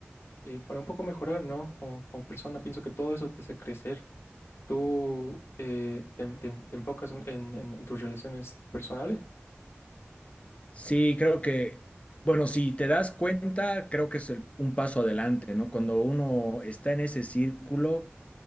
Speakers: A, on the left; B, on the left.
A: eh, para un poco mejorar, ¿no? Como, como persona, pienso que todo eso te hace crecer. ¿Tú eh, te, te- te enfocas en, en- en tus relaciones personales?
B: Sí, creo que, bueno, si te das cuenta, creo que es el- un paso adelante, ¿no? Cuando uno está en ese círculo,